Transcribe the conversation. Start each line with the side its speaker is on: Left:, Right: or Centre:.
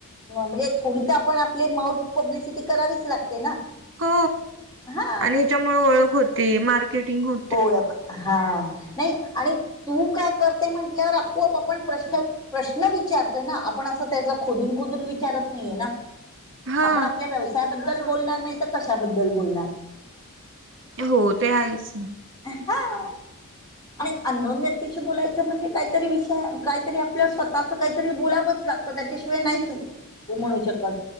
Left: म म्हणजे थोडी तर आपण आपली माऊथ पब्लिसिटी करावीच लागते ना.
Right: हो
Left: हा
Right: आणि ह्याच्यामुळ ओळख होती मार्केटिंग हो
Left: ओळख, हा नाही आणि तू काय करते म्हंटल्यावर आपोआप आपण प्रश्न प्रश्न विचारतोय ना आपण असं त्याला खोदून खोदून विचारत नाहीये ना.
Right: हा
Left: आपण आपल्या व्यवसायाबद्दल बोलणार नाही तर कशाबद्दल बोलणार?
Right: हो ते आहेच ना
Left: हा आ. आणि अन्नोन व्यक्तीशी बोलायचं म्हणजे काहीतरी विषय काहीतरी आपल्या स्वतःच काहीतरी बोलावच लागतं. तर त्याच्याशिवाय नाहीच हम्म, म्हणू शकत